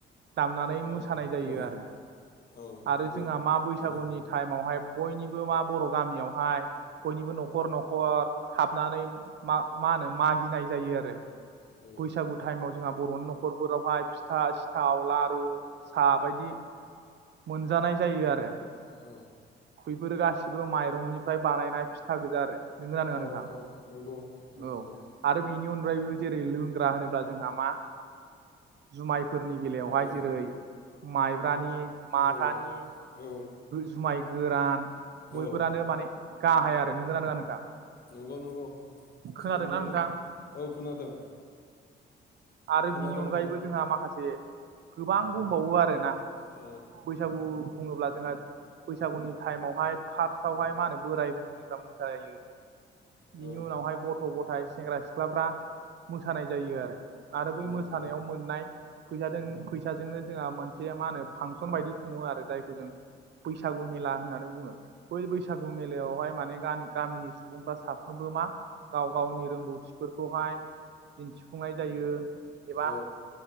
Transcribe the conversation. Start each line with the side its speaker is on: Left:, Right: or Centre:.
Right: दामनानै
Left: औ
Right: मोसानाय जायो
Left: औ
Right: आरो
Left: औ
Right: आरो
Left: नंगौ
Right: जोंहा मा बैसागुनि
Left: नंगौ
Right: टाइमावहाय बयनिबो मा बर' गामियावहाय बयनिबो न'खर न'खर हाबनानै मा मा होनो मागिनाय जायो आरो
Left: औ
Right: बैसागु टाइमाव जों जोंहा बर'नि न'खरफोरावहाय फिथा सिथाव लारु साहा बायदि मोनजानाय जायो आरो
Left: औ
Right: बेैफोरो गासिबो माइरंनिफ्राय बानायनाय फिथा गोजा आरो नोंगो ना नङा
Left: औ
Right: नोंथां
Left: औ नंगौ नोंथां
Right: औ
Left: नंगौ
Right: आरो बिनि अनगायैबो जेरै लोंग्रा होनोब्ला दा जोंहा मा जुमाय फोरनि बेलायावहाय
Left: औ
Right: जेरै माइब्रानि माथानि
Left: औ औ
Right: जुमाय गोरान बैफोरानो
Left: औ
Right: माने गाहाय आरो नोंगौ ना नङा नोंथां
Left: नंगौ नंगौ
Right: खोनादोंना
Left: थिगखौनो बुंदो
Right: नोंथां?
Left: औ खोनादों
Right: आरो
Left: खोनादों
Right: बिनि अनगायैबो
Left: खोना
Right: जोंहा माखासे गोबां दंबावो आरोना
Left: औ
Right: बैसागु बुङोब्ला जोंहा बैसागुनि टाइमावहाय फार्स्टावहाय मा होनो बोराय बुरिफ्रा मोसा लायो। बिनि
Left: औ
Right: उनावहाय गथ' गथ' नाथाय सेंग्रा सिख्लाफ्रा मोसानाय जायो आरो आरो बै
Left: औ
Right: मोसानायाव
Left: औ
Right: मोननाय फैसाजों फैसाजोंनो जोंहा मोनसे मा होनो फांसन बायदि खुङो आरो जायखौ जों बैसागु मेला होननानै बुङो। बै बैसागु मेलायावहाय माने गामिनि सुबुंफ्रा साफ्रोमबो मा गाव गावनि रोंगौथिफोरखौहाय दिन्थिफुंनाय जायो एबा
Left: औ